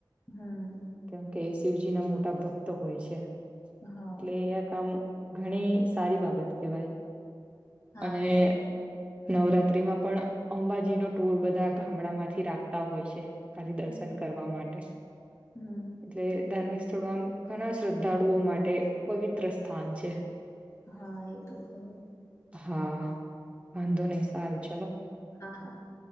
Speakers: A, on the left; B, on the right.
A: હમ.
B: કેમ કે શિવજી ના મોટા ભક્ત હોય છે,
A: હા
B: એટલે એ આ કામ ઘણી સારી બાબત કહેવાય,
A: હા
B: અને
A: એ તો છે
B: નવરાત્ર રાત્રીમાં પણ અંબાજી ન ટુર બધા ગામડા માંથી રાખતા હોય છે. ખાલી દર્શન
A: હમ
B: કરવા માટે,
A: હમ
B: એટલે ધાર્મિક સ્થળો આમ ઘણા શ્રદ્ધાળુઓ માટે પવિત્ર સ્થાન છે.
A: હા એ તો ખર.
B: હા, વાંધો નહી સારું ચલો
A: હા હા.